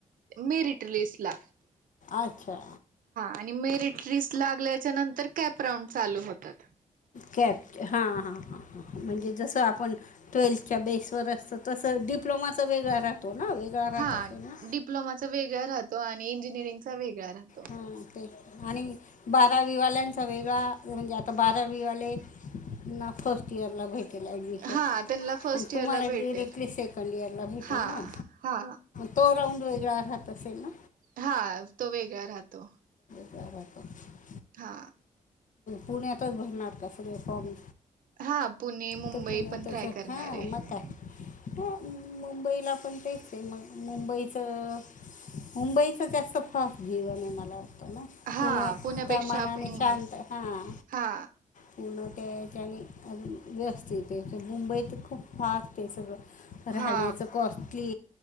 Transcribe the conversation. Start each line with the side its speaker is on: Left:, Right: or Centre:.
Right: मेरिट लिस्ट ला
Left: अच्छा
Right: आणि मेरिट रिस् लागल्याच्या नंतर कॅप राऊंड चालू होतात
Left: कॅप हा हा म्हणजे तं आपण ट्वेल्थच्या बेसवर असतो तसं डिप्लोमाचा वेगळा राहतो ना वेगळा राहत
Right: हा
Left: असेल ना
Right: डिप्लोमाचा वेगळा राहतो आणि इंजिनिअरिंग चा वेगळ राहतो
Left: हा ते आणि बारा विवाल्यांचा वेगळाऊन जात तर बारवीवाले ना फर्स्ट इयर लाभेत ऍडमिशन
Right: हा त्यांना फर्स्ट
Left: आणि तुम्हाला
Right: इयर ला भेटेल
Left: डिरेक्टली सेकंड इयरला भेटेल
Right: हा
Left: ना
Right: हा
Left: तो राऊंड वेगळा राहत असेल ना
Right: हा तो वेगळा राहतो
Left: त्याबत
Right: हा
Left: पुण्यातच भरणार का सगळे फॉर्म
Right: हा पुणे मुंबई
Left: ते पुण्यातच
Right: पण ट्राय करणार
Left: हां
Right: आहे
Left: मग काय हां मुंबईला पण तेचते मग मुंबईचं मुंबईच जास्त फस्ट जीवन आहे मला ना
Right: हा
Left: पुण्याच्या
Right: पुण्यापेक्षा
Left: मानाने
Right: फ- मुंबई
Left: शांत हां
Right: हा
Left: पून त्याच्याने अज व्यस्त ते क मुंबई तर खूप फास्ट आहे सगळं राहण्याच
Right: हा
Left: कॉस्टली